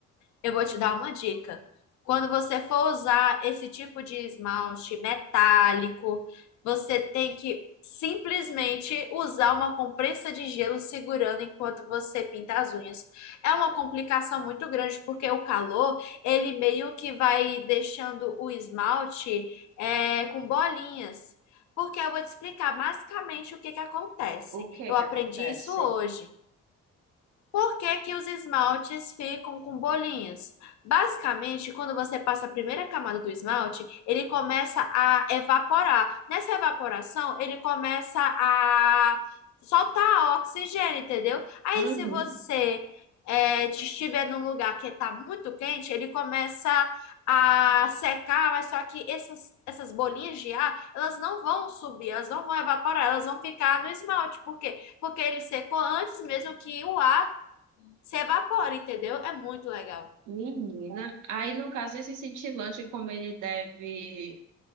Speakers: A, on the left; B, on the right.
A: Eu vou te dar uma dica. Quando você for usar esse tipo de esmalte metálico, você tem que simplesmente usar uma compressa de gelo segurando enquanto você pinta as unhas. É uma complicação muito grande porque o calor, ele meio que vai deixando o esmalte é, com bolinhas. Porque eu vou te explicar basicamente o que que acontece.
B: O que
A: Eu aprendi
B: que acontece?
A: isso hoje. Por que que os esmaltes ficam com bolinhas? Basicamente, quando você passa a primeira camada do esmalte, ele começa a evaporar. Nessa evaporação, ele começa a soltar oxigênio, entendeu? Aí,
B: Uhum.
A: se você é, estiver num lugar que está muito quente, ele começa a secar, mas só que essas, essas bolinhas de ar, elas não vão subir, elas não vão evaporar, elas vão ficar no esmalte. Por quê? Porque ele secou antes mesmo que o ar se evapora, entendeu? É muito legal.
B: Menina. Aí, no caso, esse cintilante, como ele deve